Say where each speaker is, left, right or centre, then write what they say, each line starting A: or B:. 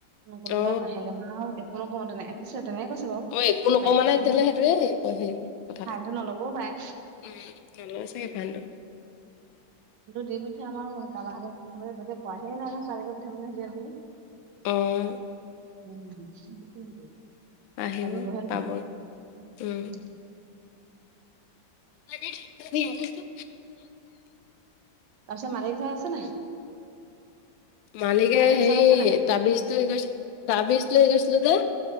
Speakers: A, on the right; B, on the left.
A: কোনোবা
B: অ
A: নাহিলে মানে একো নকওঁ তেনেকে কৈছে তেনেকে কৈছে বাৰু
B: অ একো নকওঁ
A: বাৰিষা
B: মানে
A: কাৰণে
B: তেতিয়াহ'লে সেইটোয়ে হেৰি হেৰি কথাটো
A: ফাইনটো নলবও পাৰে।
B: উম', নলয় চাগে ফাইনটো
A: <unintelligible> টো দি পঠিয়াম আৰু কাৰোবাৰ হাতত গোটেই পোৱাহিয়ে নাই নহয়। ছোৱালীকে পঠাম বুলি ভাবি আছিলো।
B: অ'।
A: <unintelligible>
B: আহিব পাব উম <unintelligible>
A: তাৰপিছত মালিক ঘৰত আছেনে নাই?
B: মালিকে
A: মালিক
B: হেই
A: ওচৰত আছে নাই
B: তাবিজটো তাবিজটো হেৰি কৰিছিলো যে।